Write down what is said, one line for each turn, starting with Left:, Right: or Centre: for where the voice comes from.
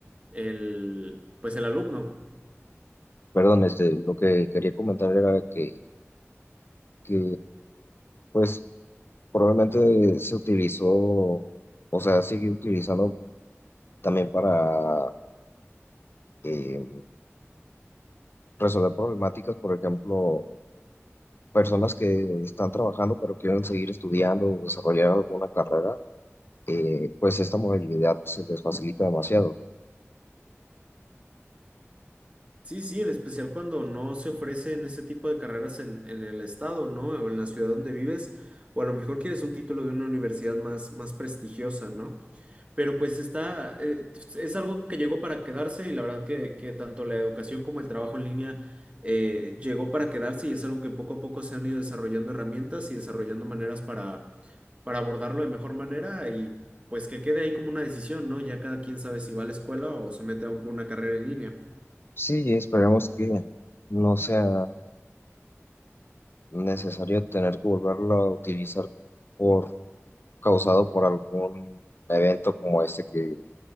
Right: el pues el alumno.
Left: Perdón, este, lo que quería comentar era que, que, pues, probablemente se utilizó, o sea, sigue utilizando también para eh, resolver problemáticas, por ejemplo, personas que están trabajando pero quieren seguir estudiando o desarrollar alguna carrera, eh, pues esta modalidad se les facilita demasiado.
Right: Sí, sí, en especial cuando no se ofrecen ese tipo de carreras en, en el estado, ¿no? O en la ciudad donde vives, o a lo mejor quieres un título de una universidad más, más prestigiosa, ¿no? Pero pues está, eh, pues, es algo que llegó para quedarse y la verdad que, que tanto la educación como el trabajo en línea eh, llegó para quedarse y es algo que poco a poco se han ido desarrollando herramientas y desarrollando maneras para, para abordarlo de mejor manera y pues que quede ahí como una decisión, ¿no? Ya cada quien sabe si va a la escuela o se mete a alguna carrera en línea.
Left: Sí, esperemos que no sea necesario tener que volverlo a utilizar por causado por algún evento como este que,